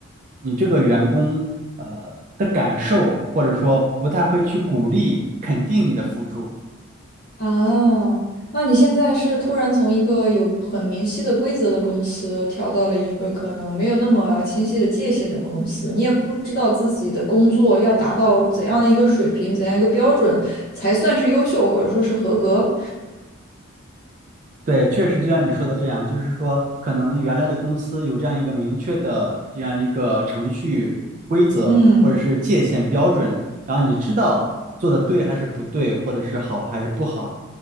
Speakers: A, on the right (about 40°); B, on the left (about 45°).
A: 你这个员工呃的感受，或者说不太会去鼓励肯定你的付出。
B: 啊，那你现在是突然从一个有很明晰的规则的公司跳到了一个可能没有那么清晰的界限的公司，你也不知道自己的工作要达到怎样的一个水平，怎样一个标准才算是优秀或者说是合格。
A: 对，确实就像你说的这样，就是说，可能原来的公司有这样一个明确的这样一个程序规则或者是界限标准，
B: 嗯
A: 然后你知道做的对还是不对，或者是好还是不好，